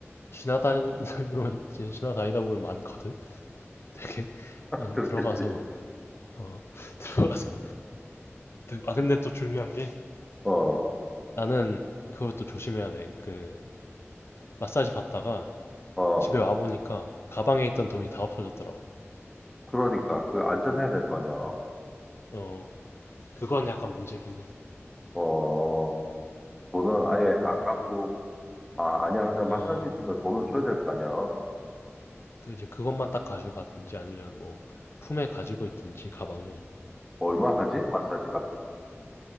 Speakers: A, on the left; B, in the centre.
A: 지나다니다 보면, 지- 지나다니다 보면 많거든? 되게, 그냥
B: 그렇겠지.
A: 들어가서, 어, <laughs> 들어가서. 아, 근데 또 중요한 게,
B: 어,
A: 나는 그것도 조심해야 돼. 그, 마사지 받다가
B: 어,
A: 집에 와 보니까 가방에 있던 돈이 다 없어졌더라고.
B: 그러니까 그 안전해야 될 거냐.
A: 어, 어, 그건 약간 문제긴 해.
B: 어, 돈을 아예 안 갖고, 아, 아니야. 근데 마사지비는
A: 어,
B: 돈을 줘야 될 거 아니야.
A: 그 이제 그것만 딱 가지고 가든지 아니면 뭐 품에 가지고 있든지 가방을.
B: 얼마 하지? 마사지가?